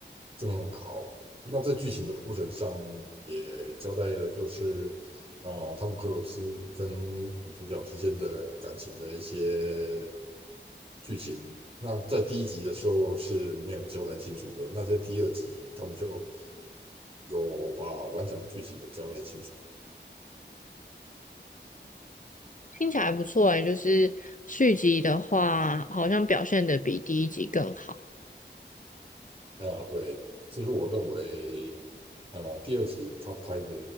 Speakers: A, on the right; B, on the left.
A: 更好。那在剧情的铺陈上也交代了，就是啊、呃汤姆克鲁斯跟女主角之间的感情的一些剧情。那在第一集的时候是没有交代清楚的，那在第二集他们就有把完整的剧情有交代清楚。
B: 听起来不错诶，就是续集的话，好像表现的比第一集更好。
A: 啊，对，这是我认为，呃，第二集他拍的